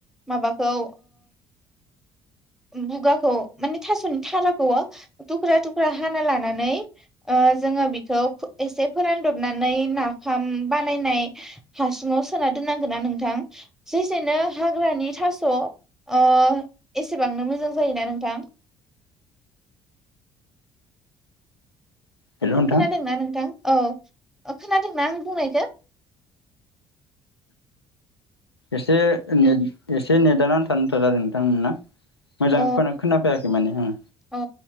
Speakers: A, in the centre; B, on the left.
A: माबा खौ बुगाखौ माने थास'नि थाराखौ थुख्रा थुख्रा हाना लानानै जोङो बेखौ एसे फोरानदबनानै नाफाम बानायनाय हासुङाव सोना दोननांगौना नोंथां जेसेनो हाग्रानि थास' ओ एसे एसेबांनो मोजां जायोना नोंथां?
B: हेल' नोंथां
A: खोनादोंना नोंथां औ खोनादोंना आं बुंनायखो?
B: एसे नेद एसे नेदा नांथा नुथां जादो नोंथां नोंना। मोजां
A: अ
B: खोनाफैयाखै माने आङो
A: अ